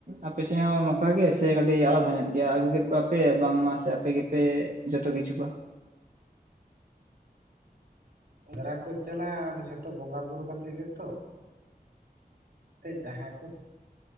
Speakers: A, on the right (about 50°); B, on the right (about 70°).
A: ᱟᱯᱮ ᱥᱮᱫ ᱦᱚᱸ ᱱᱚᱝᱠᱟ ᱜᱮ ᱥᱮ ᱠᱟᱹᱴᱤᱡ ᱟᱞᱟᱫᱟ ᱧᱚᱜ ᱜᱮᱭᱟ ᱟᱜᱩ ᱠᱮᱫ ᱠᱚᱣᱟ ᱯᱮ ᱼᱼ ᱵᱟᱝ ᱢᱟ ᱥᱮ ᱟᱯᱮ ᱜᱮᱯᱮ, ᱡᱚᱛᱚ ᱠᱤᱪᱷᱩᱜᱼᱟ?
B: ᱥᱮᱸᱫᱽᱨᱟ ᱠᱚ ᱪᱟᱞᱟᱜᱼᱟ, ᱚᱫᱚ ᱡᱷᱚᱛᱚ ᱵᱚᱸᱜᱟ ᱵᱩᱨᱩ ᱠᱟᱛᱮ ᱜᱮᱛᱚ ᱾ ᱡᱟᱦᱟᱸᱭ ᱠᱚ